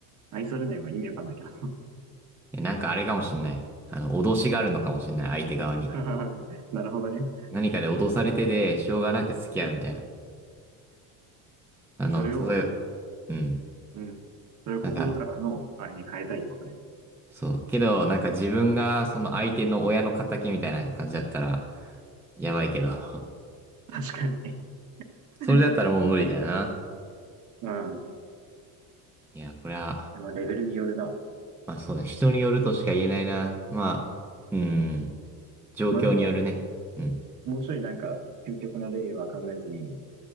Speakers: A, on the right; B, in the centre.
A: 愛されないは意味わかんないけど。
B: えなんかあれかもしれない。あの、脅しがあるのかもしれない、相手側に。
A: <laughs> なるほどね。
B: 何かで脅されてて、しょうがなく付き合うみたいな。あの、
A: それを、
B: 例えば、うん。
A: うん。それを心からの、
B: なんか、
A: あれに変えたいってことね。
B: そう。けど、なんか自分がその相手の親の仇みたいな感じだったら、やばいけど。
A: うん。
B: <laughs>
A: 確かにね。<laughs>
B: それだったらもう無理だよな。
A: うん。
B: いや、これは、
A: でもレベルによるな。
B: まあそうね、人によるとしか言えないな。まあ、うん、状況によるね。
A: まあでも、
B: うん。
A: もうちょいなんか、究極な例は考えずに、